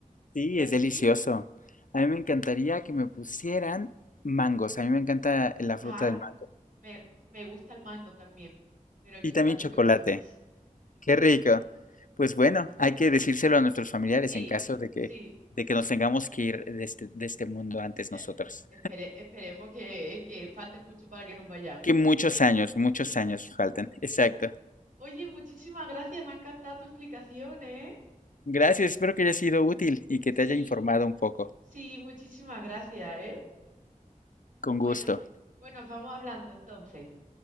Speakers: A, on the left; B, on the right.
A: Sí,
B: ¿Y a
A: es
B: ti?
A: delicioso. A mí me encantaría que me pusieran mangos. A mí me encanta la fruta
B: Ay,
A: del mango.
B: me, me gusta el mango también, pero el
A: Y
B: chocolate
A: también chocolate.
B: me gusta más.
A: ¡Qué rico! Pues bueno, hay que decírselo a nuestros familiares
B: Sí.
A: en caso de que,
B: Sí,
A: de que nos tengamos que ir de este, de este mundo antes
B: Eh,
A: nosotros.
B: espere- esperemos que, que falte mucho para que nos vayamos,
A: Que muchos
B: pero bueno.
A: años, muchos años faltan. Exacto.
B: Oye, muchísimas gracias, me ha encantado tu explicación, ¿eh?
A: Gracias, espero que haya sido útil y que
B: Sí,
A: te haya informado un poco.
B: sí, muchísimas gracias, ¿eh?
A: Con
B: Bueno,
A: gusto.
B: pues nos vamos hablando entonces.